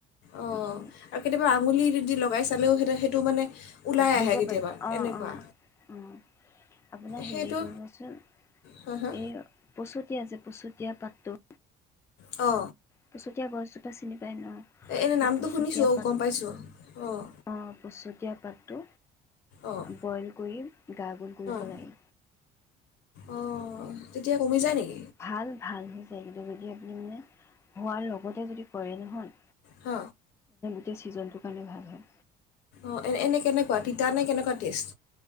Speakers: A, on the left; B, on the left.
A: অ
B: সেইখিনি
A: আৰু কেতিয়াবা আঙুলিদি লগাই চালেও সেই সেইটো মানে ওলাই
B: ধৰিব
A: আহে কেতিয়াবা
B: পাৰি। অ-অ
A: এনেকুৱা
B: ও। আপোনাৰ
A: সেইটো
B: হেৰি কৰিবচোন।
A: হা হা
B: এই পচুতিয়া যে পচুতীয়া পাতটো
A: অ।
B: পচতীয়া গছ জোপা চিনি অঁ
A: এনেই
B: সেই
A: নামটো
B: পচতীয়া
A: শুনিছোঁ
B: পাত।
A: গম পাইছোঁ অঁ
B: অ পছ পাতটো
A: অঁ
B: বইল কৰি গা গোল কৰিব
A: অঁ
B: লাগে।
A: অঁ তেতিয়া কমি যায় নেকি?
B: ভাল, ভাল হৈ যায়। কিন্তু যদি আপুনি মানে হোৱাৰ লগতে যদি কৰে নহয়
A: হ?
B: এতিয়া ছিজনটোৰ কাৰণে ভাল হয়।
A: অঁ এ এনে কেনেকুৱা তিতা নে কেনেকুৱা টেষ্ট?